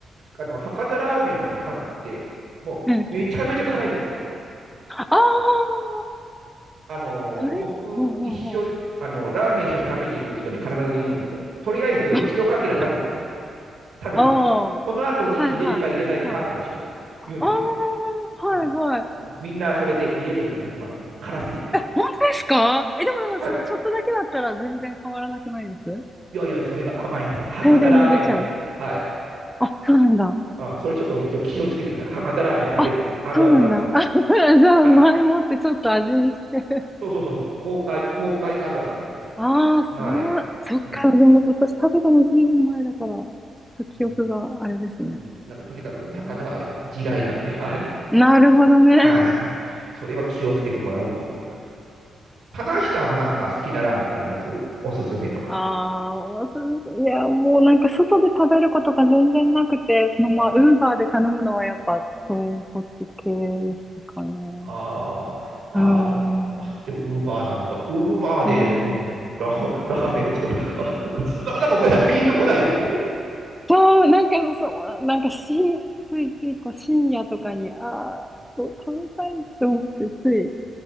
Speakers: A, on the right (about 70°); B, in the centre.
A: あの博多ラーメンの高菜って、もうめちゃめちゃ辛いんですよ。
B: ええ。ええああ、
A: あの、
B: それ、
A: 僕、
B: ほうほうほう。
A: 一緒、あの、ラーメン一緒に食べに行く人に必ず言うんですよ。とりあえず、
B: <laughs>
A: 一かけら食べてくれと。食べてみる。
B: ああ、は
A: その後に入れるか入れないか判断しろと言うんですよ。
B: いはい。はい。ああ、はいはい。
A: うん。みんなそれで入れるのやめてますね。辛すぎて。
B: 本当ですかえ、でもでも、
A: はい。
B: そのちょっとだけだったら全然変わらなくないです
A: いやいや、それが甘いんですよ。博多ラーメンの、
B: 大量に入れちゃう
A: はい。
B: あ、そうなんだ。
A: うん、それちょっと一応気をつけてください。博多ラーメン食べるときのあるあるなんで。
B: あ、そうなんだ。<laughs> あ、だからじゃあ前もってちょっと味見して。
A: あ、そうそうそうそう、公開、公開あるあるなんで。
B: ああ、そう、
A: はい。
B: そっか。
A: うん、
B: でも私食べたのずいぶん前だから、ちょっと記憶があれですね。
A: うん、うん。なんかとにかく高菜はあれ、
B: うん
A: 地雷なんで。はい。
B: なるほどね。
A: はいはい。それは気をつけてもらうということ。棚橋さんはなんか好きなラーメンってありますおすすめとか。
B: ああ、おすいや、もうなんか外で食べることが全然なくて、そのまあ、
A: あ
B: ウーバーで頼むのはやっぱ、豚骨系ですかね。
A: あー、あーあの、
B: うーん。
A: あ、でも、ウーバーなんだ。ウーバーで、
B: うん。
A: うん、ラ、ラーメンをちょっと、あ、な、なんかこれはピンとこないです。
B: そう、なんかそう、なんかし、ついついこう深夜とかに、ああ、そう食べたいと思ってつい行